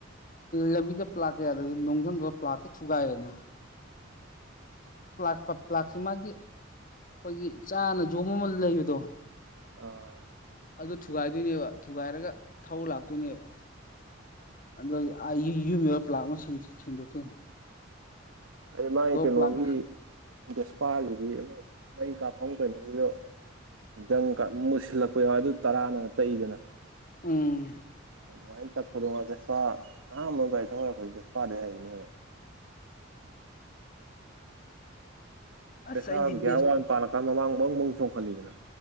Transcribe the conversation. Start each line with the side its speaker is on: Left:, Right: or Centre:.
Left: ꯂꯝꯕꯤꯗ ꯄ꯭ꯂꯥꯛꯀ ꯌꯥꯗꯕꯗꯤ ꯅꯨꯡꯗꯪꯗꯣ ꯄ꯭ꯂꯥꯛꯅ ꯊꯨꯒꯥꯏꯔꯦꯗꯅ <inaudible> ꯄ꯭ꯂꯥꯛꯁꯤ ꯃꯥꯒꯤ ꯑꯩꯈꯣꯏꯒꯤ ꯆꯥꯅ ꯌꯣꯝꯕ ꯑꯃ ꯂꯩꯕꯗꯣ
Right: ꯑꯥ
Left: ꯑꯗꯨ ꯊꯨꯒꯥꯏꯗꯣꯏꯅꯦꯕ ꯊꯨꯒꯥꯏꯔꯒ ꯊꯧ ꯂꯥꯛꯇꯣꯏꯅꯦꯕ ꯑꯗꯒꯤ ꯑ ꯌꯨꯝ ꯌꯧꯔꯒ ꯄ꯭ꯂꯥꯛ ꯑꯃ ꯁꯤꯟ ꯁꯤꯟꯗꯣꯛꯇꯣꯢꯅꯦ
Right: ꯑꯩ ꯃꯥꯏ ꯀꯩꯅꯣꯒꯤ
Left: ꯄ꯭ꯂꯥꯛ
Right: ꯚꯦꯁꯄꯥꯒꯤꯗꯤ ꯑꯃ ꯃꯩ ꯀꯥꯞꯐꯝ ꯀꯩꯅꯣꯒꯤꯗꯣ ꯖꯪ ꯀꯥ ꯃꯨꯁꯤꯜꯂꯛꯄ ꯌꯥꯎꯋꯦ ꯑꯗꯨ ꯇꯔꯥꯅꯒ ꯇꯛꯏꯗꯅ
Left: ꯎꯝ
Right: ꯑꯗꯨꯃꯥꯏ ꯇꯛꯄꯗꯣ ꯚꯦꯁꯄꯥ ꯑꯍꯥꯟꯕ ꯒꯥꯔꯤ ꯊꯧ ꯍꯩꯔꯛꯄꯁꯦ ꯚꯦꯁꯄꯥꯗꯩ ꯍꯩꯔꯛꯏꯅꯦꯕ
Left: ꯑꯁ
Right: ꯚꯦꯁꯄꯥ
Left: ꯑꯩꯗꯤ
Right: ꯒ꯭ꯌꯥꯔ
Left: ꯕꯦꯁ
Right: ꯋꯥꯟ ꯄꯥꯜꯂꯀꯥꯟ ꯃꯃꯥꯡ ꯕꯪ ꯕꯪ ꯆꯣꯡꯈꯠꯂꯤꯗꯅ